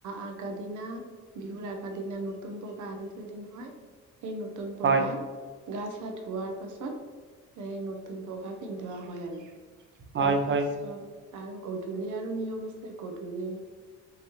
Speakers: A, on the right (about 75°); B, on the right (about 40°).
A: আগ দিনা বিহুৰ আগ দিনা নতুন নতুন পঘা আনি থৈ দিয়ে নহয় সেই নতুন পঘা
B: হয়
A: গা চা ধোৱাৰ পাছত এই নতুন বগা পিন্ধোৱা হয় আৰু
B: হয়
A: তাৰ
B: হয়
A: পাছত আৰু গধূলি আৰু নিয়ম আছে গধূলি।